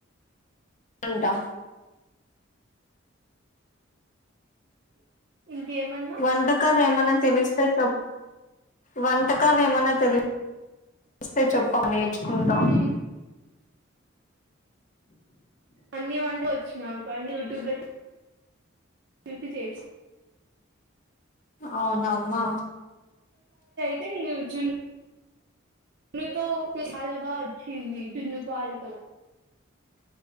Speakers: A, on the left (about 40°); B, on the right (about 55°).
A: వంటా
B: ఇంకేమన్నా
A: వంటకాలేమన్న తెలిస్తే చెప్ వంటకాలు ఏమన్నా తెలుస్తే చెప్పమే నేర్చుకుంటా.
B: ఉమ్ అన్నీ వంటా వచ్చునాకు అన్ని యూట్యూబ్ లో చూ తెలుస్తే చేయ్
A: అవును అమ్మా
B: తే <unintelligible> న్ను తో చాల బా వచ్చింది డున్నుపాలతో